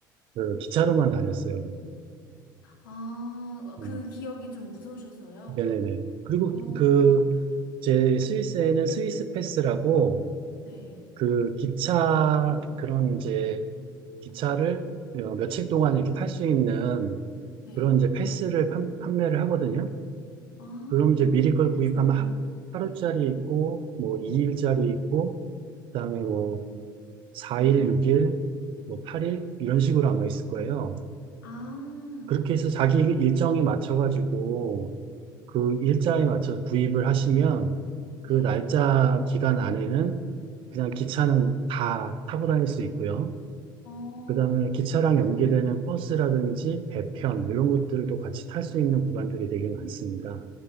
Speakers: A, on the right (about 50°); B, on the left (about 75°).
A: 그 기차로만 다녔어요.
B: 아, 어,
A: 음,
B: 그 기억이 좀 무서우셔서요?
A: 네네네. 그리고
B: 어,
A: 그, 제 스위스에는 스위스 패스라고,
B: 네,
A: 그 기차 그런 이제 기차를 어, 며칠 동안 이렇게 탈 수 있는
B: 네.
A: 그런 이제 패스를 판, 판매를 하거든요.
B: 아,
A: 그럼 이제 미리 걸
B: 그것도
A: 구입하면
B: 좋네요.
A: 하, 하루짜리 있고 뭐 2일짜리 있고 그다음에 뭐 4일, 6일, 뭐 8일 이런 식으로 아마 있을 거예요.
B: 아,
A: 그렇게 해서 자기 일정에 맞춰가지고 그 일자에 맞춰서 구입을 하시면 그
B: 네.
A: 날짜 기간 안에는 그냥 기차는 다 타고 다닐 수 있고요.
B: 어,
A: 그다음에 기차랑 연계되는 버스라든지 배편 이런 것들도 같이 탈 수 있는 구간들이 되게 많습니다.